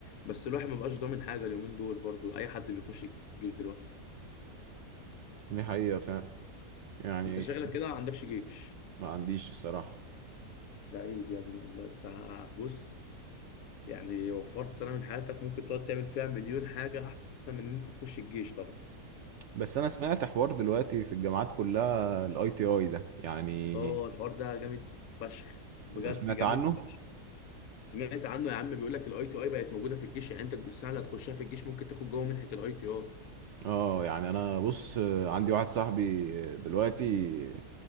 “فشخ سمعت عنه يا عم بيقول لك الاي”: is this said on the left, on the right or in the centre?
Left